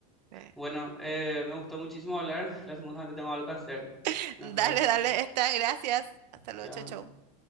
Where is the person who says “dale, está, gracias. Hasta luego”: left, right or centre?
Right